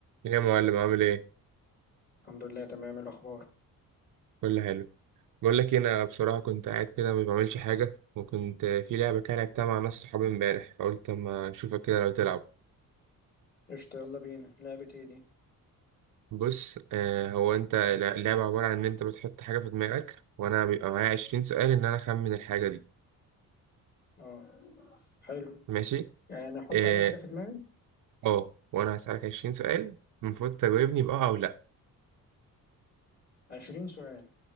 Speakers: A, on the right; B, on the left.
A: يا معلم عامل ايه
B: الحمد لله تمام الأخبار
A: كله حلو بقول لك إيه، انا بصراحه كنت قاعد كده ما بعملش حاجه وكنت في لعبه كده لعبتها مع ناس صحابي امبارح فقلت اما اشوفك كده لو تلعب
B: قشطة يلا بينا لعبة ايه دي؟
A: بص آه هو انت لا- اللعبه عباره عن ان انت بتحط حاجه في دماغك وانا بيبقى معايا 20 سؤال ان انا اخمن الحاجه دي
B: اه حلو
A: ماشي
B: يعني نحط
A: اه
B: أي حاجة في دماغي؟
A: آه، وانا هسالك 20 سؤال المفروض تجاوبني باه او لا
B: عشرين سؤال